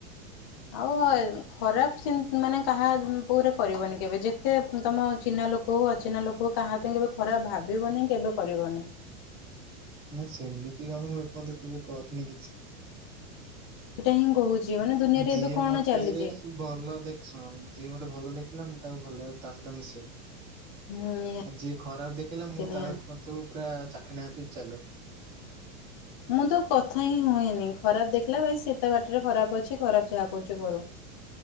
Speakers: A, on the left; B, on the right.
A: ଆଉ <unintelligible> ଖରାପ ଚିନ ମାନେ କାହା ଉପରେ କରିବନି କେବେ ଯେତେ ତମ ଚିହ୍ନା ଲୋକ କୋ ଅଚିହ୍ନା ଲୋକ କାହା ପାଇଁ କେବେ ଖରାପ ଭାବିବନି କେବେ କରିବନି।
B: ନା ସେମିତି ଆଉ ମୁଁ ଏପର୍ଯ୍ୟନ୍ତ କେବେ କରିନି କିଛି।
A: ଏଇଟା ହିଁ କହୁଛି, ମାନେ ଦୁନିଆରେ
B: ଯିଏ
A: ଏବେ କଣ
B: ମତେ
A: ଚାଲିଛି?
B: ଭଲ ଦେଖ ଶୁଣନ୍ତୁ ଯିଏ ମତେ ଭଲ ଦେଖିଲା ମୁଁ ତାକୁ ଭଲ ଭାବେ ତା ସହିତ ମିଶେ।
A: ହୁଁ ନିହାତି
B: ଆଉ ଯିଏ ଖରାପ ଦେଖିଲା ମୁଁ
A: ନିହାତି।
B: ତା କତୁ ପୁରା ଚାଖେଣ୍ଡେ ମାପି ଚାଲେ।
A: ମୁଁ ତ କଥା ହିଁ ହୁଏନି ଖରାପ ଦେଖିଲା ଭାଇ ସିଏ ତା ବାଟରେ ଖରାପ ଅଛି ଖରାପ ଯାହା କରୁଛି କରୁ।